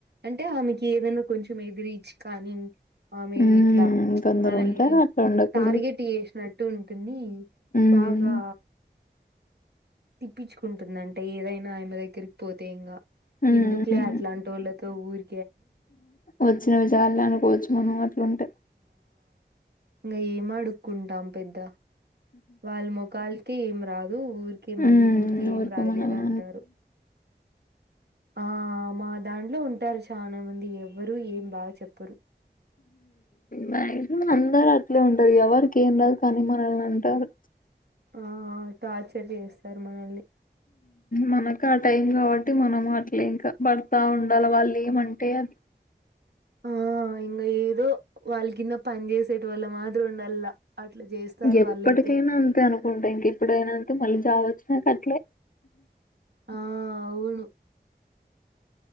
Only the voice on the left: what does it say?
మ్మ్
కొందరు
ఉంటారు అట్లా ఉండకూడదు
మ్మ్
మ్మ్
వచ్చినవి చాల అనుకోవచ్చు మనం అట్లాంటే
హ్మ్
ఊరికే
మనల్ని
మ్యాక్సిమం అందరు అట్లే ఉంటారు ఎవరికి ఏం రాదు కానీ మనల్ని అంటారు
మనకు ఆ టైం కాబట్టి మనం అట్లే ఇంకా పడతా ఉండాలి వాళ్ళు ఏమంటే అది
ఎప్పటికైనా
అంతే అనుకుంటా ఇంక ఎప్పుడైనా అంతే మళ్ళీ చావచ్చు నక్ అట్లే